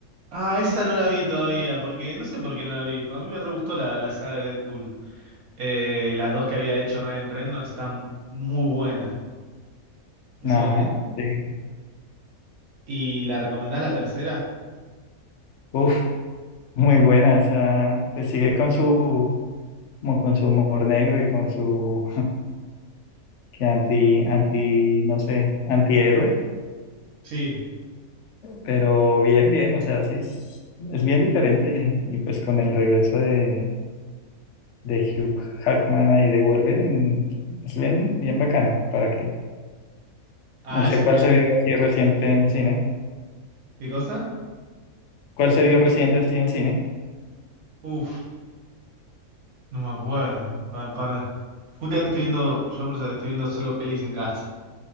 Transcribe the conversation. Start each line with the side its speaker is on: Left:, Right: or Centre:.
Right: Ah, esa no la vi todavía, porque no sé por qué no la vi. A mí me re gustó la, la saga de Deadpool. Eh, las dos que había hecho Ryan Reynolds están muy buenas. Eso,
Left: Ajá,
Right: eh,
Left: sí.
Right: ¿y la recomendás la tercera?
Left: Uf. Muy buena, o sea, pues sigue con su, como con su humor negro y con su <laughs> que anti, anti, no sé, antihéroe,
Right: Sí.
Left: pero bien, bien, o sea, sí es, es bien diferente. Y pues con el regreso de, de Hugh Jackman ahí de Wolverine, es bien, bien bacana. ¿Para qué?
Right: Ah,
Left: ¿Usted
Right: eso
Left: cuál
Right: es-
Left: se vio así reciente en cine?
Right: ¿Qué cosa?
Left: ¿Cuál se vio reciente así en cine?
Right: Uf, no me acuerdo. Para, para. Justamente estoy viendo, yo por eso estoy viendo solo pelis en casa.